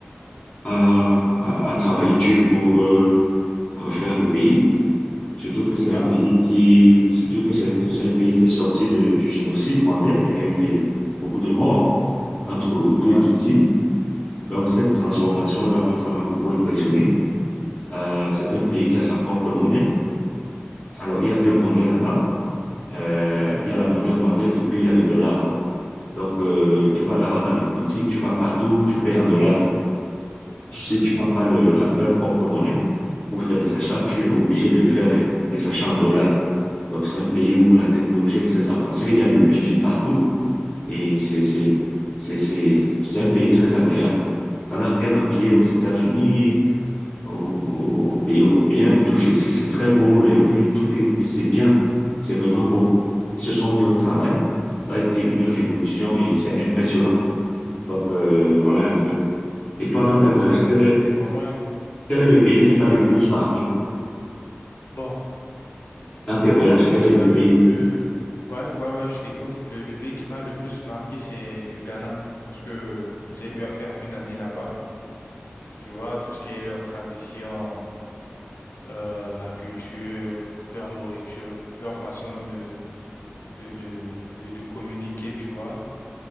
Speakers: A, on the left; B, on the left.
A: a, a- a travaillé dur pour euh, refaire le pays. Surtout que c'est
B: Waouh.
A: un pays qui, surtout que c'est un, c'est un pays qui est sorti de- du génocide rwandais. Il y a eu des, beaucoup de morts entre Hutu
B: Ouais.
A: et Tutsi. Donc, cette transformation-là, moi, ça m'a beaucoup impressionné. Euh, c'est un pays qui a sa propre monnaie. Alors, il y a deux monnaies là-bas. Euh, il y a la monnaie rwandaise et puis il y a le dollar. Donc, euh, tu vas l'avoir dans les boutiques, tu vas partout, tu payes en dollars. Si
B: mhm,
A: tu n'as pas le- la- leur propre monnaie pour faire les achats, tu es obligé de faire les, les achats en dollars. Donc, c'est un pays où la technologie est très avancée, il y a le Wi-Fi partout et c'est, c'est, c'est, c'est, c'est un pays très agréable. Ça n'a rien à envier aux États-Unis, aux, aux- aux pays européens et tout. J'ai- C'est c'est très beau, les rues, tout est, c'est bien, c'est vraiment beau. Ils se sont mis au travail. Ça a été une révolution
B: mhm.
A: et c'est impressionnant. Donc, euh, voilà un peu. Et toi, dans
B: Waouh,
A: tes voyages,
B: c'est,
A: quel
B: c'est,
A: est,
B: c'est vraiment,
A: quel
B: c'est,
A: est le
B: c'est,
A: pays
B: c'est
A: qui
B: vraiment
A: t'a le
B: intéressant.
A: plus marqué?
B: Bon,
A: Dans
B: bon,
A: tes voyages,
B: le pays
A: quel
B: qui
A: est le
B: m'a
A: pays?
B: le, le, ouais, ouais, ouais, je t'écoute. Le, le pays qui m'a le plus marqué, c'est le Ghana, parce que j'ai eu à faire une année là-bas. Tu vois, tout ce qui est leur tradition, euh, la culture, leur nourriture, leur façon de, de, de, de, de communiquer, tu vois.